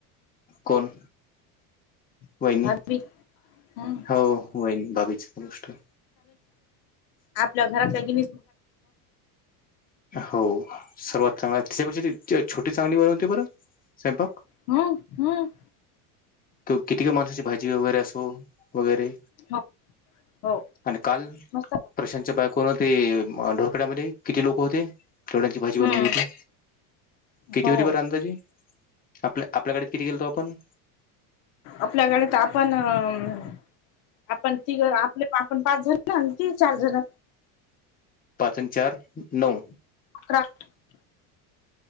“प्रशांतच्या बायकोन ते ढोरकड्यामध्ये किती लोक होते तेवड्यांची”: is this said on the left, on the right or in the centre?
Left